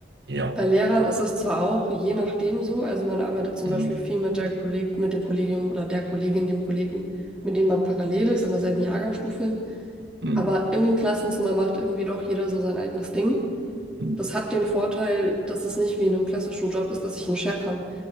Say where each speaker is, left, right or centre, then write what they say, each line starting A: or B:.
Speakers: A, on the right (about 70°); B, in the centre.
A: Ja.
B: Bei Lehrern ist es zwar auch je nachdem so, also man arbeitet zum
A: Hm,
B: Beispiel viel mit der Kolleg mit dem Kollegium oder der Kollegin, dem Kollegen, mit dem man parallel ist in derselben Jahrgangsstufe,
A: hm,
B: aber im Klassenzimmer macht irgendwie doch jeder so sein eigenes Ding.
A: hm.
B: Das hat den Vorteil, dass es nicht wie in einem klassischen Job ist, dass ich einen Chef habe,